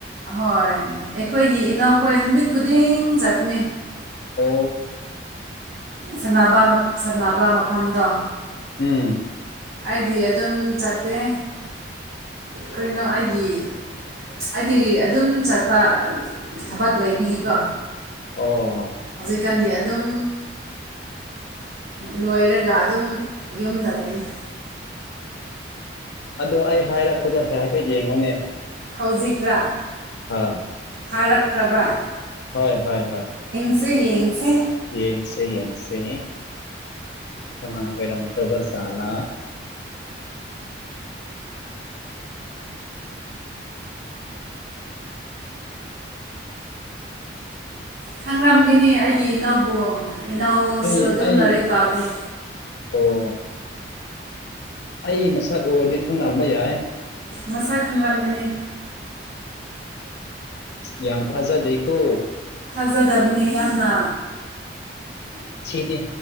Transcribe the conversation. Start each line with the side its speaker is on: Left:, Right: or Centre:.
Right: ꯍꯣꯏ ꯑꯩꯈꯣꯏꯒꯤ ꯏꯅꯧꯈꯣꯏ ꯅꯨꯃꯤꯠ ꯈꯨꯗꯤꯡ ꯆꯠꯅꯤ
Left: ꯑꯣ
Right: ꯁꯅꯕ ꯁꯥꯟꯅꯕ ꯃꯐꯝꯗꯣ
Left: ꯎꯝ
Right: ꯑꯩꯗꯤ ꯑꯗꯨꯝ ꯆꯠꯇꯦ ꯀꯩꯅꯣ ꯑꯩꯒꯤ ꯍꯥꯏꯗꯤ ꯑꯗꯨꯝ ꯆꯠꯄ ꯊꯕꯛ ꯂꯩꯕꯤꯒꯤꯀꯣ
Left: ꯑꯣ
Right: ꯏꯀꯥꯟꯗꯤ ꯑꯗꯨꯝ ꯂꯣꯏꯔꯒ ꯑꯗꯨꯝ ꯌꯨꯝꯗ ꯂꯩꯏ
Left: ꯑꯗꯣ ꯑꯩ ꯍꯥꯏꯔꯛꯄꯗꯣ ꯍꯥꯏꯐꯦꯠ ꯌꯦꯡꯉꯨꯅꯦ
Right: ꯍꯧꯖꯤꯛꯈ꯭ꯔꯥ
Left: ꯍꯥꯥ
Right: ꯊꯥꯔꯛꯈ꯭ꯔꯕ
Left: ꯍꯣꯏ ꯍꯣꯏ ꯍ
Right: ꯁꯤ ꯌꯦꯡꯁꯦ
Left: ꯌꯦꯡꯁꯦ ꯌꯦꯡꯁꯦ ꯀꯔꯝ ꯇ ꯇꯅ
Right: ꯈꯪꯔꯝꯒꯅꯤ ꯑꯩꯒꯤ ꯏꯅꯥꯎꯕꯨ ꯏꯅꯥꯎꯁꯨ
Left: ꯑꯩ
Right: ꯑꯗꯨꯝ
Left: ꯑꯩ
Right: ꯂꯥꯏꯔꯤꯛ ꯄꯥꯕꯅꯤ
Left: ꯑꯣ ꯑꯩ ꯃꯁꯛ ꯎꯔꯗꯤ ꯈꯪ ꯅꯝꯕ ꯌꯥꯏ
Right: ꯃꯁ ꯈꯪꯥꯡꯒꯅꯤ
Left: ꯌꯥꯝ ꯐꯖꯗꯦꯀꯣ
Right: ꯊꯥꯖꯗꯕꯅꯤ ꯌꯥꯝꯅ
Left: ꯁꯤꯅꯤ